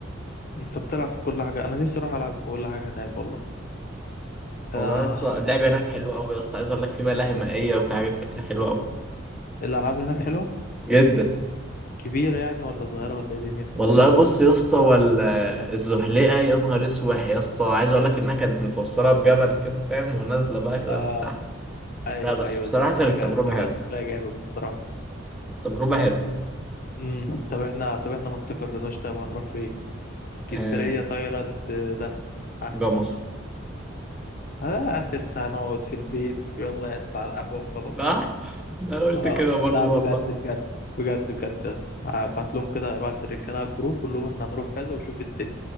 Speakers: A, on the left; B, in the centre.
A: أنت بتلعب في كل حاجة أنا نفسي أروح ألعب في كل حاجة هناك والله
B: والله
A: آه
B: يا اسطى اللعبه هناك حلوه قوي يا اسطى عايز اقول لك في ملاهي مائيه وفي حاجات كتير حلوه قوي
A: الألعاب هناك حلوة
B: جدا
A: كبيرة يعني ولا صغيرة ولا إيه دنيتها
B: والله بص يا اسطى ولا الزحليقه يا نهار اسوح يا اسطى عايز اقول لك انها كانت متوصله بجبل كده فاهم ونازله بقى كده
A: آه
B: من تحت
A: أيوه
B: لا بس
A: أيوه
B: بصراحه
A: الزحلية
B: كانت
A: جا
B: تجربه
A: الزحلية
B: حلوه
A: شكلها جامد بصراحة
B: تجربه حلوه
A: امم طب احنا طب احنا ما استقرناش طب هنروح فين اسكندرية
B: آه
A: تايلاند دهب ها
B: جمصه
A: آه. هترسى هنقعد في البيت يلا يا على القهوة وخلاص
B: صح <laughs> انا قلت
A: اه
B: كده برضو
A: لا بجد
B: والله
A: بجد بجد بجد يا اسطى ابعت لهم كده ابعت للرجاله على الجروب قول لهم احنا هنروح كذا وشوف الدنيا